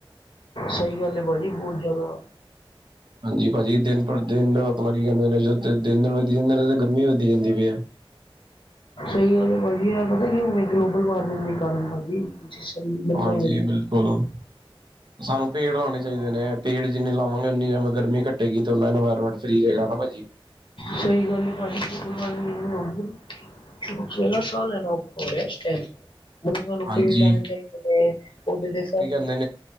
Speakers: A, on the left; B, on the right.
A: ਸਈ ਗੱਲ ਏ ਭਾਜੀ ਬਹੁ ਜ਼ਾਦਾ।
B: ਹਾਂਜੀ ਭਾਜੀ ਦਿਨ ਪਰ ਦਿਨ ਆਪਨਾ ਕੀ ਕੈਂਦੇ ਦੇ ਜੇ ਦਿਨ-ਦਿਨ ਵਦੀ ਜਾਂਦੇ ਨੇ ਤਾਂ ਗਰਮੀ ਵੀ ਵਦੀ ਜਾਂਦੀ ਪਈ ਐ।
A: ਸਈ ਗੱਲ ਐ ਭਾਜੀ ਐਹ ਪਤਾ ਕਿਵੇ ਗਲੋਬਲ ਵਾਰਮਿੰਗ ਦੇ ਕਾਰਨ ਭਾਜੀ <unintelligible> ਮੰਨੋਗੇ
B: ਹਾਂਜੀ
A: ਜੀ
B: ਬਿਲਕੁਲ ਸਾਨੂੰ ਪੇੜ ਲੌਣੇ ਚਾਈਦੇ ਨੇ ਪੇੜ ਜਿੰਨੇ ਲਵਾਂਗੇ ਓਨੀ ਜਵੇਂ ਗਰਮੀ ਘਟੇਗੀ ਤੇ ਓਨਾ ਇਨਵਾਰਮੈਂਟ ਸਈ ਰਹੇਗਾ ਨਾ ਭਾਜੀ।
A: ਸਈ ਗੱਲ ਐ ਭਾਜੀ ਕੋਈ ਗੱਲ ਨੀ <unintelligible> <unintelligible> ਸਾਂਅ ਲੈ ਲੋ ਔਰ ਏਸ ਟੈਮ ਮਤਲਬ ਸਾਨੂੰ
B: ਹਾਂਜੀ
A: ਪੇੜ ਲਾਣੇ ਚਾਈਦੇ ਨੇ ਓਦੇ ਤੇ ਸਬ
B: ਨਨ ਐ ਕੀ ਕਰ